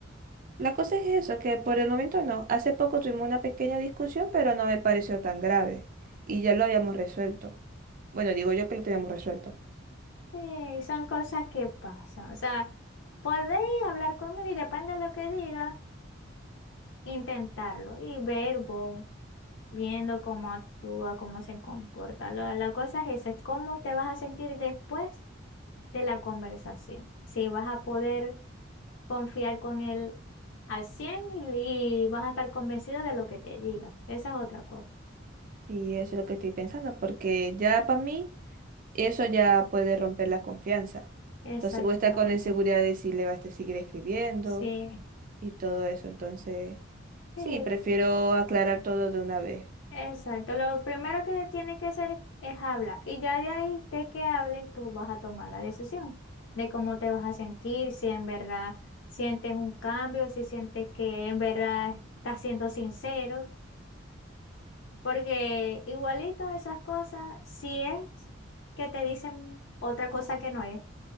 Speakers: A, on the right (about 45°); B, on the left (about 65°).
A: la cosa es eso, que por el momento no. Hace poco tuvimos una pequeña discusión, pero no me pareció tan grave. Y ya lo habíamos resuelto. Bueno, digo yo que lo teníamos resuelto.
B: Sí, son cosas que pasan. O sea, podéis hablar con él y depende de lo que diga, intentarlo y ver vos, viendo cómo actúa, cómo se comporta. La, la cosa es eso, es cómo te vas a sentir después de la conversación. Si vas a poder confiar con él al 100 y, y vas a estar convencido de lo que te diga. Esa es otra cosa.
A: y eso es lo que estoy pensando, porque ya para mí. eso ya puede romper la confianza.
B: Exactamente.
A: Entonces voy a estar con la inseguridad de si le va a este- seguir escribiendo
B: Sí.
A: y todo eso. Entonces,
B: Sí,
A: sí, prefiero aclarar todo de una vez.
B: exacto. Lo primero que tiene que hacer es hablar. Y ya de ahí, de que hablen, tú vas a tomar la decisión de cómo te vas a sentir, si en verdad sientes un cambio, si sientes que en verdad estás siendo sincero. Porque igualito esas cosas, si es que te dicen otra cosa que no es,